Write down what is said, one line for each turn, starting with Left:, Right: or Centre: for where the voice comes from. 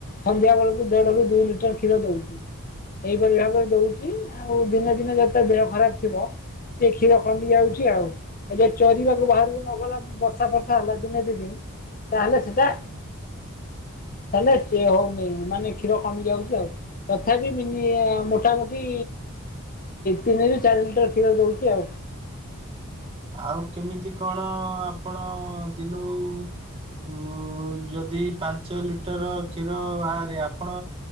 Left: ସନ୍ଧ୍ୟା ବେଳକୁ ଦେଢରୁୁ ଦୁଇ ଲିଟର କ୍ଷୀର ଦଉଛି। ଏଇପରି ଭାବରେ ଦଉଛି ଆଉ ଦିନେ ଦିନେ ଯେତେ ଦେହ ଖରାପ ଥିବ ଟିକ କ୍ଷୀର କମି ଯାଉଛି। ଯି ଚରିବାକୁ ବାହାରକୁ ନଗଲା ବର୍ଷା ଫର୍ଷା ହେଲା ଦିନେ ଦି ଚରିବାକୁ ବାହାରକୁ ନଗଲା ବର୍ଷା ଫର୍ଷା ହେଲା ଦିନେ ଦି ଦିନି ତାହେଲେ ସେଟା ତାଲେ ହଉନି ମାନେ କ୍ଷୀର କମି ଯାଉଛି। ଆଉ ତଥାପି ମୋଟାମୋଟି ତିନିରୁ ଚାରି ଲିଟର କ୍ଷୀର ଦଉଛି ଆଉ।
Right: ଆଉ କେମିତି କଣ ଆପଣ ଦିନକୁ ଯଦି ପାଞ୍ଚ ଲିଟର କ୍ଷୀର ବାହାରେ ଆପଣ